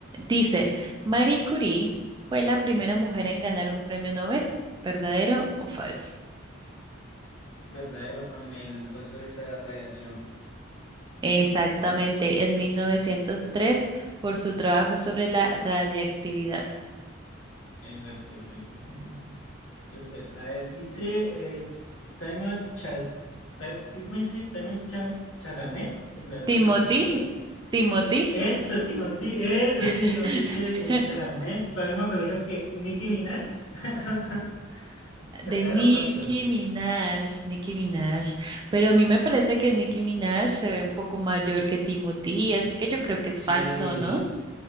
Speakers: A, on the right; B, on the left.
A: Dice, Marie Curie fue la primera mujer en ganar un premio Nobel, ¿verdadero o falso?
B: Verdadero con el coso de la radiación.
A: Exactamente, en 1903 por su trabajo sobre la radiactividad.
B: Exacto, sí. <laughs> Súper. A ver, dice eh, Simon Chal Ta- ¿cómo dice? Timon Cham- Chalamet, el actor,
A: Timothy,
B: bueno, ese actor.
A: Timothy,
B: Eso, Timothy, eso
A: <laughs>
B: sí, Timothy Ch- eh, Chalamet, para el mismo colegio que Nicki Minaj. <laughs> ¿Verdadero
A: de Nicki
B: o falso?
A: Minaj, Nicki Minaj. Pero a mí me parece que Nicki Minaj se ve un poco mayor que Timothy, así que yo creo que es
B: Sí.
A: falso, ¿no?